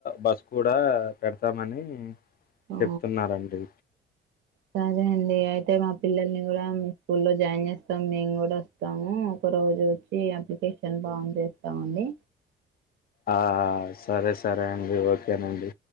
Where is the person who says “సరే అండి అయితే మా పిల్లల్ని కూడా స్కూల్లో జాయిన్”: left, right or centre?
Right